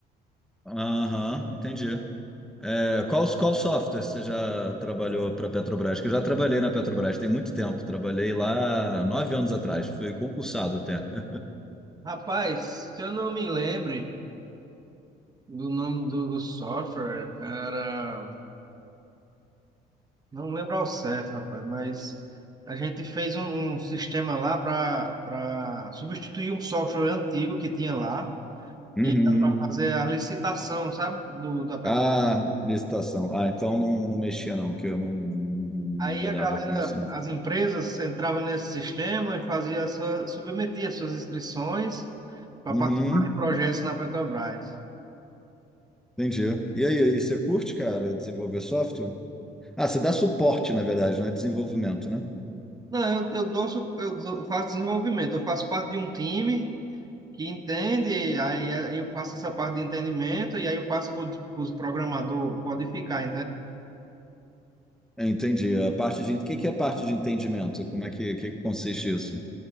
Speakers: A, in the centre; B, on the right (about 25°).
A: Aham, entendi. É, qual, qual software você já trabalhou para Petrobras? Que eu já trabalhei na Petrobras tem muito tempo. Trabalhei lá nove anos atrás, fui concursado até. <laughs>
B: Rapaz, se eu não me lembre do nome do, do software, era... Não lembro ao certo, rapaz, mas a gente fez um, um sistema lá para para substituir um software antigo que tinha lá,
A: Uhum.
B: e era para fazer a licitação, sabe? Do, da Petrobras.
A: Ah, licitação. Ah, então não, não mexia não, que eu não, não,
B: Aí
A: não lidava
B: a galera,
A: com isso, não.
B: as empresas entravam nesse sistema e fazia a sua, submetia suas inscrições para
A: Uhum,
B: participar de projetos na Petrobras.
A: entendi. E aí, e você curte, cara, desenvolver software? Ah, você dá suporte, na verdade, não é desenvolvimento, né?
B: Não, eu, eu, dou, su- eu dou- faço desenvolvimento, eu faço parte de um time que entende, aí aí eu faço essa parte de entendimento e aí eu passo para os programador codificar,
A: É, Entendi. A parte de, o que que é a parte de entendimento? Como é que, que que consiste isso?